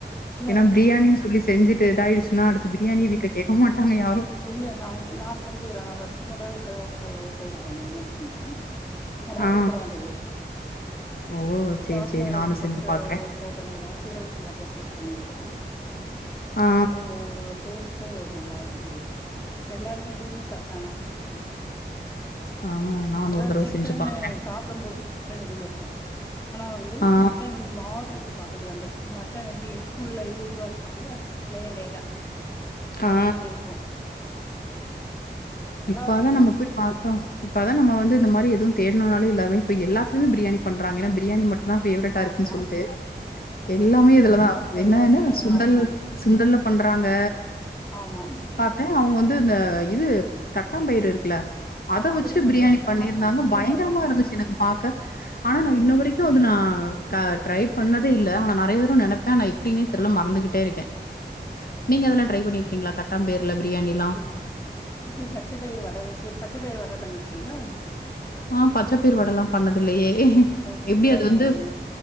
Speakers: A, on the left; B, on the left.
A: இல்ல
B: ஏன்னா பிரியாணி சொல்லி செஞ்சிட்டு இதாயிடுச்சுன்னா அடுத்து பிரியாணியே வீட்டுல கேக்க மாட்டாங்க யாரு
A: இல்ல நாங்க நா செஞ்சிக்கற நா ஃபஸ்ட் ச்சகூட இப்பதா ஒரு நா <inaudible> கொஞ்சம் ரொம்ப
B: ஆ.
A: சூப்பரா வந்தது
B: ஓ! சரி,
A: பாஸ்
B: சரி.
A: மா ரைஸ்
B: நானும்
A: குடுத்தது
B: செஞ்சு பாக்குறேன்.
A: ட்ரை பண்ணிருக்கறோ சீரக சம்பா போட்டுட்ரை பண்ணிருக்கோ
B: ஆ,
A: அத ஓ டேஸ்ட்டே நல்லாதா இருந்துது எல்லாருமே விரும்பி சாப்டாங்க நல்லாருக்குனு
B: ஆ. நானும்
A: அதா
B: ஒரு தடவ
A: சிக்கன்னு
B: செஞ்சு பாக்குறேன்.
A: சாப்பிடும்போது சிக்கன்தூள் இருக்கு ஆனா வந்து
B: ஆ,
A: மட்டன் மாதிரி இருக்கு பாக்கரதுக்கு அந்த சு மட்டன் எப்டி உள்ள இது இதுவா இருக்கும்ல லே லேயர
B: ஆ.
A: அந்த மாரி இருக்கு நல்லா
B: இப்பதா
A: இருக்கு ஆனா
B: நம்ப போய் பாத் தோ இப்பதா நம்ம வந்து இந்த மாரி எதுவு தேடுனாநாலு எல்லாருமே இப்ப எல்லாத்லையுமே பிரியாணி பண்றாங்க ஏன்னா பிரியாணி மட் நா பேவரட்ட
A: ஆமா
B: இருக்குனு சொல்டு எல்லாமே இதுலதா என்னென
A: எல்லாருமே
B: சுண்டல்
A: ஆமா
B: சுண்டலப் பண்றாங்க
A: ஆமாம்
B: ச அவுங்க வந்து இந்த இது தட்டாம்பயறு இருக்குல்ல அத
A: ஆமா
B: வச்சு
A: அதுலயு பண்றாங்க
B: ப்ரியாணி பண்ணிருந்தாங்க
A: ஆமா அதையு
B: பயங்ரமா
A: பண்ணுவாங்க
B: இருந்துச்சு எனக்கு பாக்க ஆனா
A: ம்
B: நா இன்ன வரைக்கும் இன்னு அது நா கா ட்ரை பண்னதே இல்ல ஆனா நெறய தடவ நெனப்பே ஆனா எப்டினே தெர்ல மறந்துகிட்டே இருக்க நீங்க அதெல்லா ட்ரை பண்ணிருகீங்ளா தட்டாபயறுல ப்ரியாணிலா
A: ம் இது பச்ச பயிர் வட வசியோ பச்ச பயிர் வட பண்ணிருக்கீங்களா
B: ஆ பச்ச பயிர் வடல்லா பண்ணதுல்லையே
A: சூப்பரா
B: எப்டி அது
A: இருக்கு
B: வந்து
A: ஒன்னு